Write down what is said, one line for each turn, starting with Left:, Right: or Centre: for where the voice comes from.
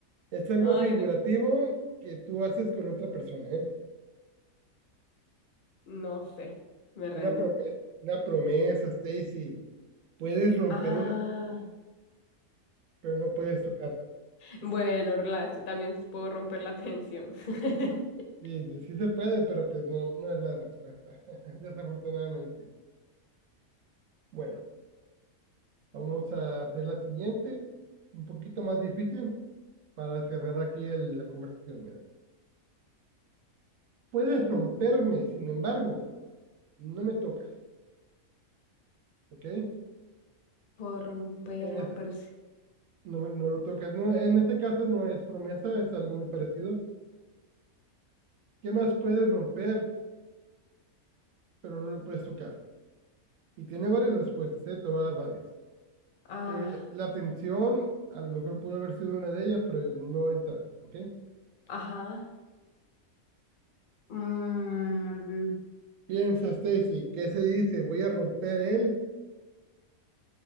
Right: Es algo
Left: ay,
Right: figurativo
Left: no,
Right: que tú haces con otra persona, ¿eh?
Left: no sé. Me rendo.
Right: Una promesa, una promesa, Stacy. Puedes romper
Left: Ah,
Right: una, pero no puedes tocarla.
Left: bueno, rela- también puedo romper la tensión. <laughs>
Right: Sí, sí, sí se puede, pero pues no, no es la respuesta, <laughs> desafortunadamente. Bueno, Vamos a hacer la siguiente, un poquito más difícil, para cerrar aquí el- la conversación. Mira, puedes romperme, sin embargo, no me tocas, ¿ok? En
Left: Puedo romperlo,
Right: ese-
Left: pero sí.
Right: no, me- no lo tocas. No, en este caso no es promesa, es algo muy parecido. ¿Qué más puedes romper, pero no lo puedes tocar? Y tiene varias respuestas, ¿eh? Te voy a dar varias.
Left: Ah,
Right: El- la tensión, a lo mejor pudo haber sido una de ellas, pero no entra, ¿ok?
Left: ajá. Mm,
Right: Piensa, Stacy, ¿qué se dice? ¿Voy a romper él?